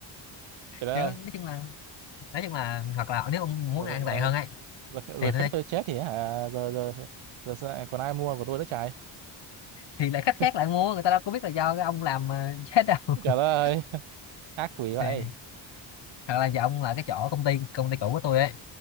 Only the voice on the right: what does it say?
trời đất
ơi
rồi
rồi,
rồi, rồi,
rồi khách
tôi chết thì hả rồi rồi rồi sao lại còn ai mua của tôi nữa trời
<laughs>
trời đất ơi <laughs> ác quỷ vậy